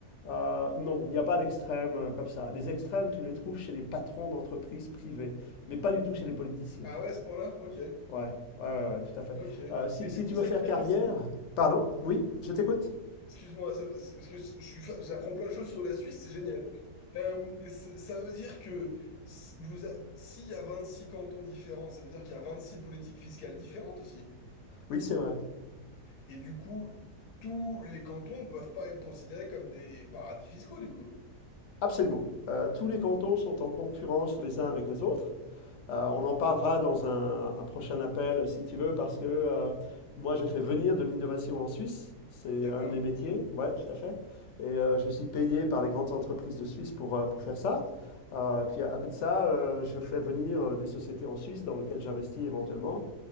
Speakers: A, on the left; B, on the left.
A: Euh, non, il n'y a pas d'extrême euh, comme ça. Les extrêmes, tu les trouves chez les patrons d'entreprises privées, mais pas du tout chez les politiciens.
B: Ah ouais, à ce point-là? Ok.
A: Ouais, ouais, ouais, ouais, tout à fait.
B: Ok.
A: Euh, si,
B: Mais du
A: si
B: coup,
A: tu
B: ça
A: veux faire
B: veut dire
A: carrière...
B: que si.
A: Pardon? Oui, je t'écoute.
B: Excuse-moi, ça- parce que je suis, fa- j'apprends plein de choses sur la Suisse, c'est génial. Euh, c- ça veut dire que si- vous a- s'il y a 26 cantons différents, ça veut dire qu'il y a 26 politiques fiscales différentes aussi.
A: Oui, c'est vrai.
B: Et du coup, tous les cantons ne peuvent pas être considérés comme des paradis fiscaux, du coup.
A: Absolument. Euh, tous les cantons sont en concurrence les uns avec les autres. Euh, on en parlera dans un, un prochain appel, si tu veux, parce que euh, moi, je fais venir de l'innovation en Suisse. C'est
B: D'accord.
A: un de mes métiers. Ouais, tout à fait. Et euh, je suis payé par les grandes entreprises de Suisse pour, euh, pour faire ça. Euh, et puis à côté de ça, euh, je fais venir euh, des sociétés en Suisse dans lesquelles j'investis éventuellement.